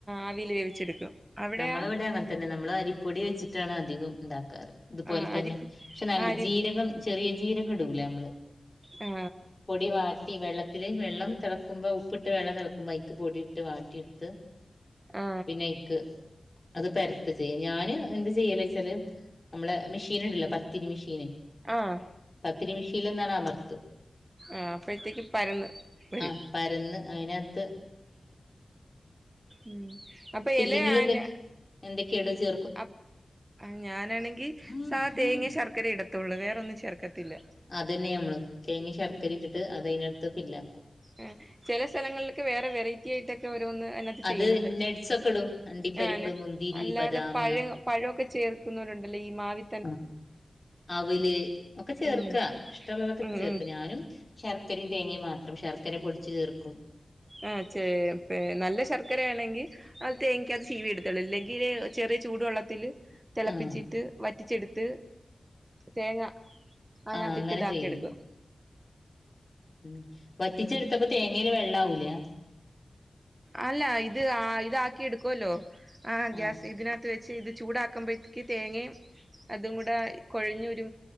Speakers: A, on the right; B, on the left.
A: ആവിയിൽ വേവിച്ചെടുക്കും അവിടെയാ
B: നമ്മളിവിടെ അങ്ങ തന്നെ നമ്മള് അരിപ്പൊടി വെച്ചിട്ടാണ് അധികും ഇണ്ടാക്കാറ്. ഇതുപോലെ
A: ആ
B: തന്നെ.
A: അരി
B: പക്ഷെ നല്ല
A: അരി
B: ജീരകം ചെറിയ ജീരകം ഇടൂല അമ്മള്.
A: ആ
B: പൊടിവാട്ട് ട്ടി വെള്ളത്തില്. വെള്ളം തളക്കുമ്പോ ഉപ്പിട്ട് വെള്ളം തെളക്കുമ്പോ അയ്ക്ക് പൊടി ഇട്ട് വാട്ടി ഇട്ത്ത്.
A: ആ
B: പിന്നെ അയ്ക്ക് അത് പരത്ത ചെയ്യാ. ഞാന് എന്തചെയ്യല്ച്ചാല്. നമ്മളെ മിഷീൻ ഇണ്ടല്ലോ. പത്തിരി മിഷീന്.
A: ആഹ്
B: പത്തിരി മിഷീലൊന്നാണ് അമർത്തും.
A: ആഹ് അപ്പഴത്തേക്ക് പരന്ന് വെരും.
B: ആഹ് പരന്ന് അയിനകത്ത്
A: ഉം അപ്പൊ
B: ഫില്ലിങ്ങിൽ
A: എല അയിന്റെ
B: എന്തൊക്കെ ഇടും ചെ
A: അപ്പ് ഞാനാണെങ്കി
B: നിങ്ങള്
A: സാധ തേങ്ങയും ശർ ക്കരേം ഇടത്തൊള്ളൂ വേറൊന്നും ചേർക്കത്തില്ല
B: അതന്നെഞമ്മളും തേങ്ങയും ശർക്കരയും ഇട്ടിട്ട് അത് അയിനാത്ത് ഫില്ലാക്കും
A: ആ ചെല സ്ഥലങ്ങളിലൊക്കെ വേറെ വെറൈ റ്റി ഇതൊക്കെ ഓരോന്ന് അയിനാത്ത്
B: അത്
A: ചെയ്യുന്നൊണ്ട്
B: നട്ട്സ് ഒക്കെ ഇടും അണ്ടിപ്പരിപ്പ്
A: ഞാന്
B: മുന്തിരി
A: അല്ലാതെ
B: ബദാം
A: പഴ പഴൊക്കെ ചേർക്കുന്നോരുണ്ടല്ലോ ഈ മാവി
B: ആ അവില് ഒക്കെ ചേർക്കാ
A: ഉം
B: ഇഷ്ടോള്ളതൊക്കെ
A: ഉം
B: ചേർക്കാ
A: ഉം
B: ഞാനും ശർക്കരേം തേങ്ങേം മാത്രം ശർക്കര പൊടിച്ചുചേർക്കും
A: ആ ചെ പെ നല്ലശർക്കരയാണെങ്കി അത് തേങ്ങക്കാത്ത് ചീവിയിടത്തൊള്ളൂ ഇല്ലെങ്കില് ചെറിയ ചൂടുവെള്ളത്തില് തെളപ്പിച്ചിട്ട്
B: ആഹ്
A: വറ്റിച്ചെടുത്ത് തേങ്ങാ അയിനാത്തിട്ട്
B: ആഹ് അങ്ങനെ
A: ഇതാക്കിയെടുക്കും
B: ചെയ്യും ഉം വറ്റിച്ചെടുത്തപ്പോ
A: ഉം
B: തേങ്ങേല് വെള്ളാവൂലാ
A: അല്ലാ ഇത് ആ ഇതാക്കിയെടുക്കുവല്ലോ ആ
B: ആഹ്
A: ഗ്യാസ് ഇതിനാത്ത് വെച്ച് ച്ച് ഇത് ചൂടാക്കുമ്പഴത്തേക്ക് തേങ്ങയും അതുംകൂടെ കൊഴഞ്ഞൊരു